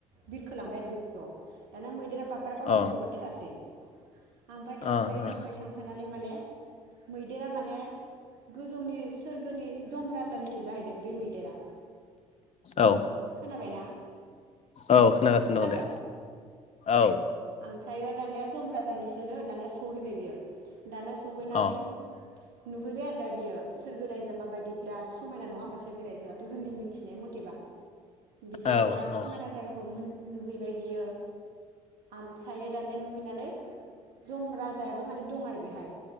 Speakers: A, on the right (about 60°); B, on the left (about 40°).
A: बिरखोलांबाय आरो गोजौआव दाना मैदेरा बाब्राबबो
B: अ
A: हगारथारासै ओमफ्राय थांफायै
B: अ अ
A: थांफायै थांफानानै माने मैदेरा माने गोजौनि सोरगोनि जम राजानिसो जाहैदों बे मैदेरा
B: औ
A: खोनाबायना
B: औ खोनागासिनो
A: खोनादों
B: दङ दे औ
A: ओमफ्रायो दानिया जम राजानिसोनो होननानै दानिया सहैबाय बियो दाना सहैनानै
B: अ
A: नुहैबाय आरो दा बियो सोरगो रायजोआ माबायदि बिराद समायना नङा होनोमबा सोरगो रजोआथ जोंनि मिथिनाय मथे बिदिनो
B: औ
A: बिराद
B: औ
A: समायना जायगाखौ मोन नुहैबाय बियो ओमफ्राय दानिया नुहैनानै जम राजायाबो माने दं आरो बेहाय